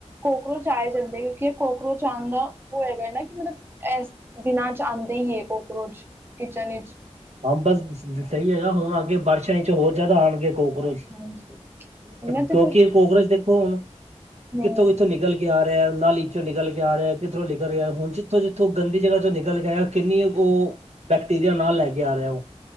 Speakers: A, on the right; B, on the right.
A: ਕੋਕਰੋਚ ਆ ਈ ਜਾਂਦੇ, ਕਿਉਂਕਿ ਕੋਕਰੋਚ ਆਣ ਦਾ ਉਹ ਹੈਗਾ ਨਾ ਕਿ ਮਤਲਬ ਦਿਨਾਂ 'ਚ ਆਦੇ ਈ ਐ ਕੋਕਰੋਚ ਕਿਚਨ ਵਿੱਚ
B: ਹਾਂ ਬਸ ਸਹੀ ਹੈਗਾ, ਹੁਣ ਅੱਗੇ ਬਾਰਸ਼ਾ 'ਚ ਹੋਰ ਜ਼ਿਆਦਾ ਆਣਗੇ ਕੋ ਚ,
A: ਹਾਂਜੀ ਉਹਨਾਂ ਤੇ
B: ਕਿਉਂਕਿ
A: ਫਿਰ
B: ਕੋਕਰੋਚ ਦੇਖੋ ਹੁਣ,
A: ਹਮ
B: ਕਿੱਥੋਂ-ਕਿੱਥੋਂ ਨਿਕਲ ਕੇ ਆ ਰਿਹਾ ਨਾਲੀ 'ਚੋਂ ਨਿਕਲ ਕੇ ਆ ਰਿਆ, ਕਿਧਰੋਂ ਨਿਕਲ ਰਿਹਾ ਹੁਣ ਉਥੋਂ ਜਿੱਥੋਂ ਗੰਦੀ ਜਗ੍ਹਾ ਚੋਂ ਨਿਕਲ ਕੇ ਆਇਆ, ਕਿੰਨੀ ਉਹ ਬੈਕਟੀਰੀਆ ਨਾਲ ਲੈ ਕੇ ਆ ਰਿਆ ਉਹ।